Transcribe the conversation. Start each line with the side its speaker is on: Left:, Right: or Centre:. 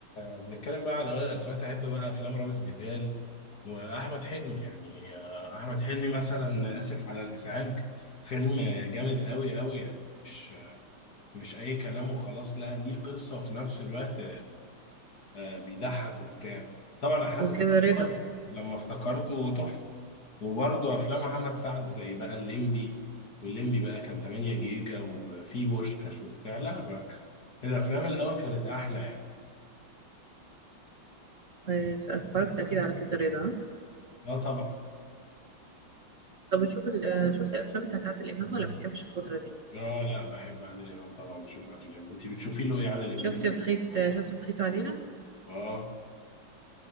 Left: آه، بنتكلم بقى على اوائل الالفينات احب بقى افلام رامز جلال واحمد حلمي يعني آه، احمد حلمي مثلا اسف على الازعاج فيلم آه، جامد قوي قوي يعني مش مش اي كلام وخلاص لا ليه قصه وفي نفس الوقت آه، بيضحك وبتاع طبعا احلام
Right: وكده
Left: الفيلم
Right: رضا
Left: لما افتكرته تحفه وبرضه افلام محمد سعد زي بقى الليمبي والليمبي بقى كان 8 جيجا وفي بوشكاش وبتاع لا بقى الافلام الاول كانت احلى يعني
Right: آه، اتفرجت اكيد على كده رضا آه؟
Left: اه طبعا
Right: طب بتشوف ال- آه، شفت الافلام بتاعت عادل امام ولا بتحبش الفتره دي
Left: اه لا بحب عادل امام طبعا بشوف افلامه انت بتشوفي له ايه عادل
Right: شفت
Left: امام
Right: بخيت آه، شفت بخيت وعديله
Left: اه